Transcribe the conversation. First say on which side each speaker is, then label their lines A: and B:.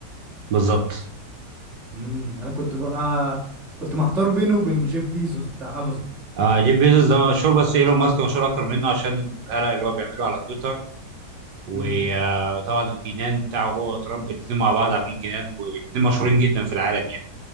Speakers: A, on the right (about 70°); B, in the centre.
A: بالظبط
B: امم انا كنت بقى كنت محتار بينه وبين جيف بيزوس بتاع امازون
A: آه جيف بيزوس ده مشهور بس ايلون ماسك مشهور اكتر منه عشان القلق اللي هو بيعمله على تويتر وطبعا
B: امم
A: الجنان بتاعه هو وترامب الاثنين مع بعض عاملين جنان والاثنين مشهورين جدا في العالم يعني